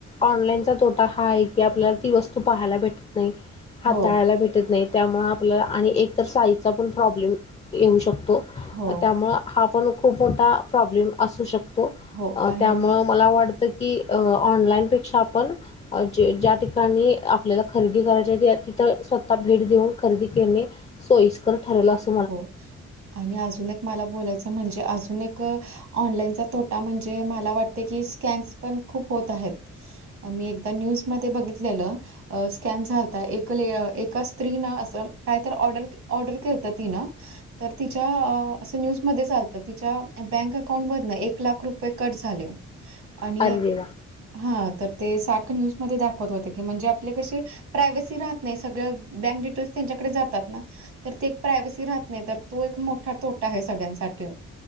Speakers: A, on the left (about 20°); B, on the right (about 70°).
A: ऑनलाईन तोटा हा आहे की आपल्याला ती वस्तू पहायला भेटत नाही हाताळायला
B: हो,
A: भेट ेत नाही त्यामुळे आपल्याला आणि एकत साईजचा पण प्रॉब्लेम येऊ शकतो त्यामुळे
B: हो,
A: हा पण खूप मोठा प्रॉब्लेम असू शकतो
B: हो. आणि
A: त्यामुळे मला वाटत की ऑनलाईन पेक्षा आपण जे ज्या ठिकाणी आपल्याला खरेदी करायच्या ते तिथं स्वतः भेट देऊन खरेदी करणे सोयस्कर ठरलेला अस
B: हो आणि अजून एक मला बोलायचं म्हणजे अजून एक ऑनलाईनचा तोटा म्हणजे मला वाटते की स्कन्स पण खूप होत आहेत मी एकदा न्यूज मध्ये बघितलेलं अ स्कॅम झात एक एका स्त्री न असं कायत ऑर्डर ऑर्डर करतात. तन. तर तिच्या असं न्यूजमध्येध्ये चालतं तिच्या बँक अकाउंट मधन एक लाख रुपये कट झाले. आणि.
A: अरे देवा!
B: हा तर ते सारखं न्यूजमध्येध्ये दाखवत होते की म्हणजे आपले कसे. प्रायवसी राहत नाही सगळ बँक डिटेल्स त्यांच्याकडे जातात ना तर ते. प्रायवसी राहत नाही तर तो एक मोठा तोटा आहे सगळ्यांसाठी